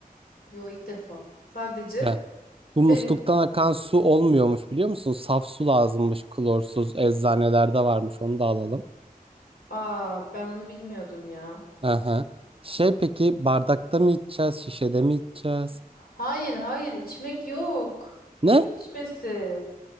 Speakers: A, on the left; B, on the right.
A: Yo ilk defa. Sadece
B: Evet. Bu musluktan
A: benim
B: akan su olmuyormuş biliyor musun? Saf su lazımmış klorsuz eczanelerde varmış onu da alalım.
A: Aa, ben onu bilmiyordum ya.
B: Aha. Şey peki bardakta mı içeceğiz şişede mi içeceğiz?
A: Hayır, hayır, içmek yok.
B: Ne?
A: Ne içmesi?